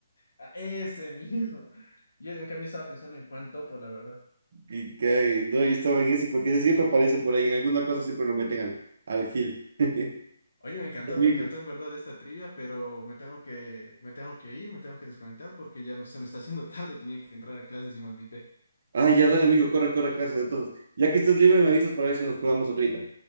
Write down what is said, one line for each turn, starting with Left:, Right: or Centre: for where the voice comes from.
Left: Ah, ese mismo. Yo en cambio estaba pensando en Juan Topo, la verdad.
Right: Y cae, no, yo estaba en ese, porque ese siempre aparece por ahí, en alguna cosa siempre lo meten al, al Gil. <laughs>
Left: Oye, me encantó,
Right: Amigo.
Left: me encantó en verdad esta trivia, pero me tengo que, me tengo que ir, me tengo que desconectar porque ya me- se me está haciendo <laughs> tarde, tenía que entrar a clases y me olvidé.
Right: ah ya dale, amigo, corre, corre, clases. Entonces, ya que estés libre, me avisas para ver si nos jugamos ahorita.